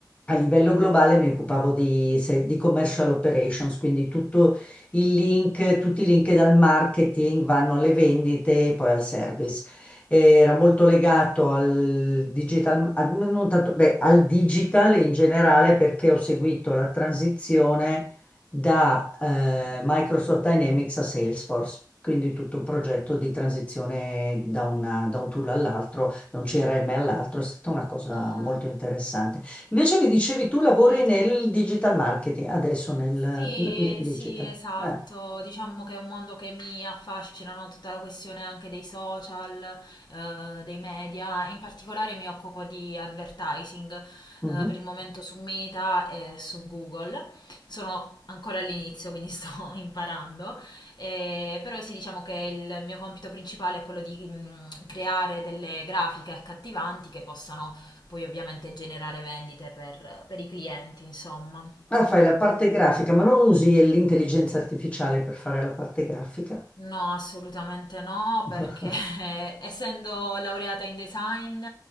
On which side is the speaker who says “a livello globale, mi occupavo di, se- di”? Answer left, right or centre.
Left